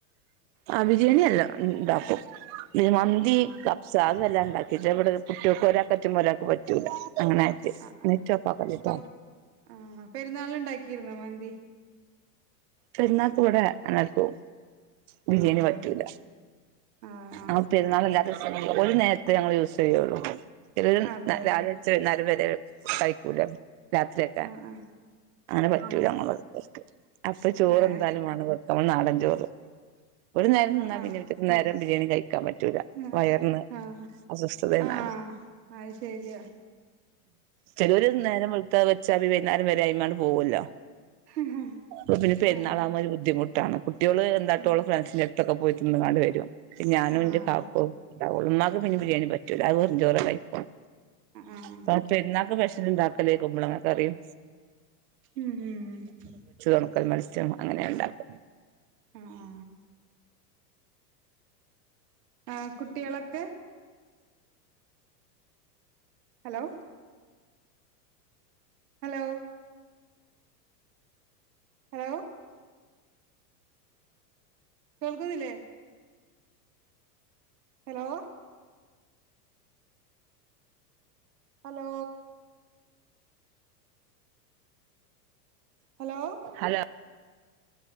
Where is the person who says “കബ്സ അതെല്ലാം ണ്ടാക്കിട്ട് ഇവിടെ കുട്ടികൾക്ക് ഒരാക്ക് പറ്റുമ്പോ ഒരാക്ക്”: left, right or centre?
Right